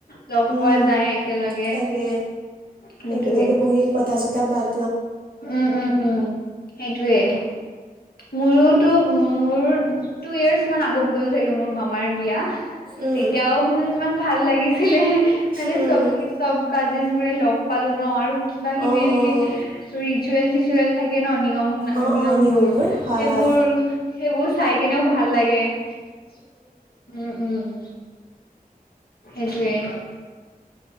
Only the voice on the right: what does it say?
উম,
তাকে
একেলগে বহি কথা চথা পাত
উম।
উম,
অ',
অ'। অ', অ', নিয়মবোৰ
অঁ
অঁ
হয় হয়।